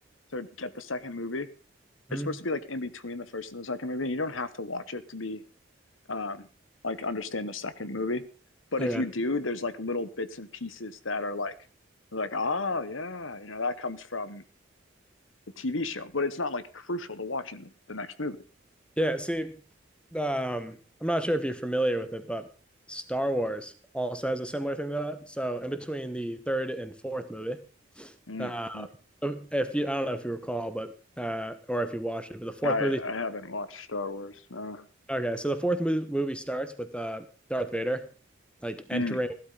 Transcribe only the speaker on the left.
to get the second movie.
It's supposed to be like in between the first and the second movie, and you don't have to watch it to be um, like understand the second movie. But
if
you
do, there's like little bits and pieces that are like, like oh yeah, you know that comes from the TV show, but it's not like crucial to watching the, the next movie.
Mm,
mm.
I
I haven't watched Star Wars. No,
mm.